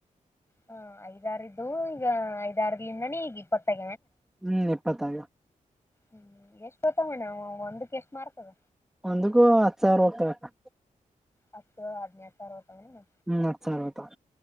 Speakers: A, on the left (about 20°); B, in the centre.
A: ಹ ಐದಾರ ಇದ್ದುವು ಈಗ ಐದಾರಲಿಂದನೇ ಈಗ ಇಪ್ಪತ್ತೈ
B: ಹ್ಮ್ ಇಪ್ಪತ್ತಾಗವ
A: ಹ್ಮ್ ಎಷ್ಟು ಹೊತ್ತಾವಣ ಅವು ಒಂದಕ್ಕೆ ಎಷ್ಟ್ ಮಾರ್ತದ
B: ಒಂದಕೂ ಹತ್ತು ಸಾವಿರ ಹೋಗ್ತಾವಕ್ಕ
A: ಹತ್ತು ಹದಿನೈದು ಸಾವಿರ ಹೊತವೇನು
B: ಹ್ಮ್ ಹತ್ ಸಾವಿರ ಹೋತಾವ